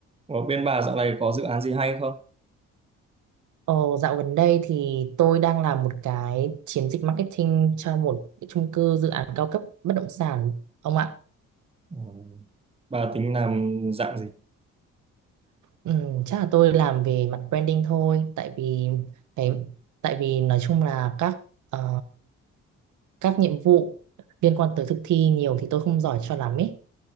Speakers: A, on the right (about 20°); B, on the right (about 75°).
A: Ở bên bà dạo này có dự án gì hay không?
B: Ồ, dạo gần đây thì tôi đang làm một cái chiến dịch marketing cho một cái chung cư dự án cao cấp bất động sản ông ạ.
A: Ừ. Bà tính làm dạng gì?
B: Ừ, chắc là tôi làm về mặt branding thôi, tại vì cái tại vì nói chung là các ờ, các nhiệm vụ liên quan tới thực thi nhiều thì tôi không giỏi cho lắm ấy.